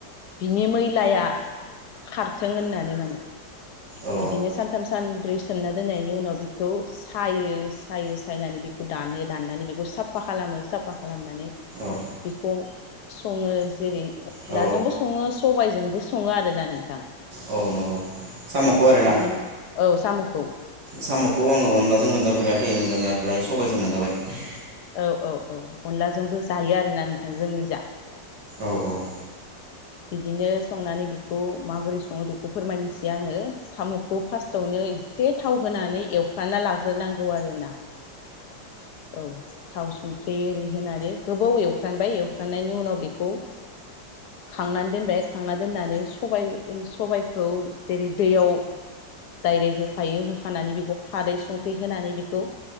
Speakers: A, on the left; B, on the right.
A: बिनि मैलाया खारथों होननानै।
B: औ
A: बिदिनो सानथाम सानब्रै सोमना दोननायनि उनाव बिखौ सायो सायो सायनानै बिखौ दानो दाननानै बेखौ साफा खालामो साफा खालामनानै
B: औ
A: बिखौ सङो जेरै अनलाजोंबो
B: औ
A: सङो सबायजोंबो सङो आरोना नोंथां।
B: औ नंगौ साम'खौ आरोना
A: बिदिनो औ साम'खौ। खौ।
B: साम'खौ आङो अनलाजों मोनजाफेराखै मोनजानायालाय सबायजों मोनजाबाय‌।
A: औ औ औ अनलाजोंबो जायो आरोना नोंथां जोंनि जा
B: औ औ।
A: बिदिनो संनानै बेखौ माबोरै सङो बेखौ फोरमायनोसै आङो साम'खौ फार्स्टावनो एसे थाव होनानै एवफ्राना लाग्रोनांगौ आरोना। औ थाव संख्रि एरि होनानै गोबाव एवफ्रानबाय एवफ्राननायनि उनाव बेखौ खांनानै दोनबाय खांनानै दोननानै सबाइ सबाइखौ जेरै दैयाव डाइरेक्ट होखायो होखानानै बेखौ खारै संख्रि होनानै बेखौ।